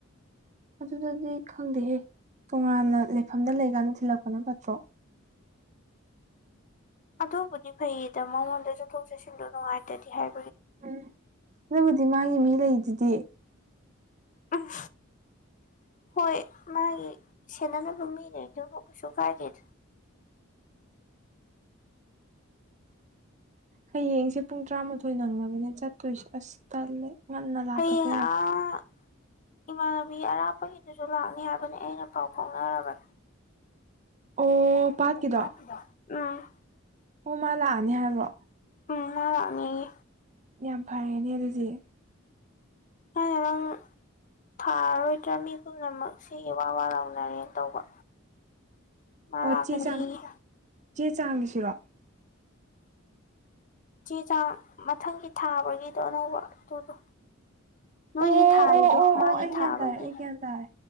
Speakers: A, on the right; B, on the left.
A: ꯑꯗꯨꯗꯗꯤ ꯈꯪꯗꯦꯍꯦ ꯇꯣꯉꯥꯟꯅ ꯂꯩꯐꯝꯗ ꯂꯩꯀꯥꯟꯗ ꯊꯤꯜꯂꯛꯄꯅ ꯐꯠꯇ꯭ꯔꯣ
B: ꯑꯗꯨꯕꯨꯗꯤ ꯐꯩꯌꯦꯗ ꯃꯉꯣꯟꯗ ꯆꯠꯊꯣꯛ ꯆꯠꯁꯤꯟꯗꯣ ꯅꯨꯡꯉꯥꯏꯇ꯭ꯔꯗꯤ ꯍꯥꯏ
A: ꯑꯨꯝ ꯑꯗꯨꯕꯨꯗꯤ ꯃꯥꯒꯤ ꯃꯤ ꯂꯩꯗꯨꯗꯤ
B: ꯑꯨꯝ ꯍꯣꯏ ꯃꯥꯒꯤ ꯁꯦꯟꯅꯕ ꯃꯤ ꯂꯩ ꯑꯗꯨꯕꯨ ꯀꯩꯁꯨ ꯀꯥꯏꯗꯦꯗ
A: ꯍꯌꯦꯡꯁꯦ ꯄꯨꯡ ꯇꯔꯥꯃꯥꯊꯣꯏ ꯅꯪꯅꯕꯅꯦ ꯆꯠꯇꯣꯏꯁꯦ ꯑꯁ ꯇꯜꯂꯦ ꯉꯟꯅ ꯂꯥꯛꯇꯕ
B: ꯍꯌꯦꯡ
A: ꯌꯥꯔꯦ
B: ꯑꯥ ꯏꯃꯥꯟꯅꯕꯤ ꯑꯔꯥꯞꯄꯒꯤꯗꯨꯁꯨ ꯂꯥꯛꯅꯤ ꯍꯥꯏꯕꯅꯤ ꯑꯩꯅ ꯄꯥꯎ ꯐꯥꯎꯅꯔꯕꯅꯦ
A: ꯑꯣ
B: <unintelligible>
A: ꯄꯥꯠꯀꯤꯗꯣ
B: ꯑꯨꯝ
A: ꯑꯣ ꯃꯥ ꯂꯥꯛꯑꯅꯤ ꯍꯥꯏꯕ꯭ꯔꯣ
B: ꯑꯨꯝꯝ ꯃꯥ ꯂꯥꯛꯅꯤꯌꯦ
A: ꯌꯥꯝ ꯐꯔꯦꯅꯦ ꯑꯗꯨꯗꯤ
B: <unintelligible> ꯊꯥꯔꯔꯣꯏꯗ꯭ꯔꯥ ꯃꯤ ꯄꯨꯝꯅꯃꯛ ꯁꯤꯒꯤ ꯋꯥ ꯋꯥ ꯂꯥꯎꯅꯔꯦ ꯇꯧꯕ ꯃꯥ
A: ꯑꯣ
B: ꯂꯥꯛꯀꯅꯤꯌꯦ
A: ꯆꯦ ꯆꯥꯡ ꯆꯦ ꯆꯥꯡꯒꯤꯁꯤꯔꯣ
B: ꯆꯦ ꯆꯥꯡ ꯃꯊꯪꯒꯤ ꯊꯥꯕꯒꯤꯗꯣ ꯑꯅꯧꯕ ꯑꯗꯨꯗꯣ ꯅꯣꯏꯒꯤ
A: ꯑꯣ
B: ꯊꯥꯔꯤꯗꯣ
A: ꯑꯣ ꯑꯣ
B: ꯃꯥꯒꯤ
A: ꯑꯣ ꯑꯩ
B: ꯊꯥꯕꯒꯤ
A: ꯒ꯭ꯌꯥꯟ ꯇꯥꯔꯦ ꯑꯩ ꯒ꯭ꯌꯥꯟ ꯇꯥꯔꯦ